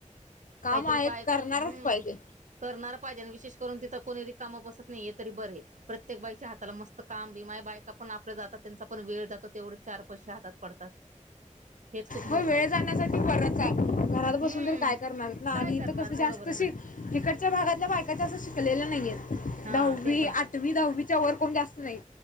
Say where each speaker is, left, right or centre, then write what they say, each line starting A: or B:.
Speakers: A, on the left (about 85°); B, on the right (about 70°).
A: काम
B: काहीतरी बायक
A: आहेत करणारच
B: हम्म.
A: पाहिजे
B: करणार पाहिजे आणि विशेष करून तिथे कोणी रिकामा बसत नाहीये तरी हे तरी बर आहे प्रत्येक त्यांच्या हाताला मस्त काम बीम आहे बायका पण आपल्या जातात त्यांचा पण वेळ जातो तेवढे चार पैसे हातात पडतात. हेच खूप मोठं
A: हो वेळ
B: आहे
A: जाण्यासाठी बरच आहे घरात बसून
B: हम्म
A: तरी काय करणार ना आणि
B: काय
A: इथ
B: करणार
A: कसं
B: बरोबर
A: जास्त तशी
B: आहे ना
A: इकडच्या भागातल्या बायका जास्त शिकलेल्या नाहीये
B: हा
A: दहावी
B: ते
A: आठवी दहावी त्याच्यावर कोणी जास्त नाही.